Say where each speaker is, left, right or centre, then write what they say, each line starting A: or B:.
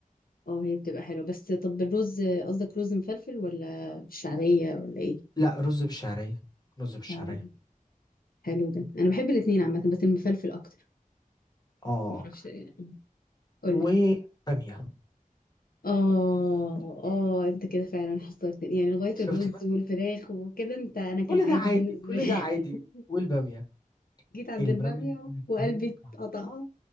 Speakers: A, on the left; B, on the left.
A: اه هي بتبقى حلوه بس طب الرز قصدك رز مفلفل ولا بالشعريه ولا ايه
B: لا رز بالشعرية رز بالشعرية
A: اه حلو ده انا بحب الاثنين عامه بس المفلفل اكتر
B: اه
A: معرفش يعني قولي
B: وبامية
A: اه اه انت كده فعلا حصرتني يعني لغايه
B: شفتي
A: الرز
B: بقى
A: والفراخ وكده انت انا كان
B: كل
A: عادي
B: ده عادي
A: بالنسبه
B: كل
A: لي
B: ده عادي
A: <laughs>
B: والبامية
A: جيت عند
B: البامية
A: الباميه وقلبي
B: كان طعمها
A: اتقطع